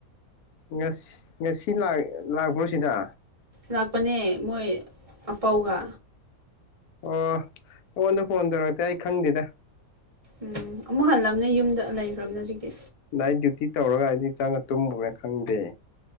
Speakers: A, on the left; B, on the right.
A: ꯉꯁꯤ ꯉꯁꯤ ꯂꯥꯛꯄ꯭ꯔꯣ ꯁꯤꯗ
B: ꯂꯥꯛꯄꯅꯦ ꯃꯣꯏ ꯑꯄꯧꯒ
A: ꯑꯣꯉꯗ ꯐꯣꯟ ꯇꯧꯔꯛꯇꯦ ꯑꯩ ꯈꯪꯗꯗ
B: ꯎꯝ ꯑꯃꯨꯛ ꯍꯜꯂꯑꯕꯅꯤ ꯌꯨꯝꯗ ꯂꯩꯈ꯭ꯔꯕꯅꯦ ꯍꯧꯖꯤꯛꯇꯤ
A: ꯅꯥꯏꯠ ꯗ꯭ꯌꯨꯇꯤ ꯇꯧꯔꯒ ꯑꯩꯗꯤ ꯆꯪꯉꯒ ꯇꯨꯝꯕꯒ ꯈꯪꯗꯦ